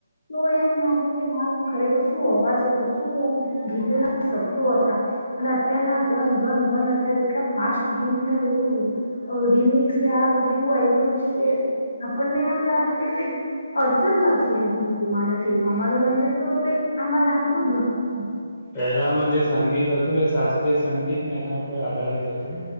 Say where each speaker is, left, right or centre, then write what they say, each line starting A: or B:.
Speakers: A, on the left; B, on the left.
A: તો એમ લાગે કે ના ખરેખર શું અવાજ હતો શું ગીતો ના શબ્દો હતા. અને અત્યારના ધન ધન ધન અત્યારે એટલા ફાસ્ટ ગીત ને બધું રીમિકસ ને આ બધું એવું આવી ગયું છે કે આપણને લાગે કે કાઇક અર્થ જ નથી એમ ગીતોમાં અને ફિલ્મમાં મનોરંજન તો કઈ આમાં લાગતું જ નથી.
B: પહેલાનું જે સંગીત હતું એ શાસ્ત્રીય સંગીત ને એના ઉપર આધારિત હતું.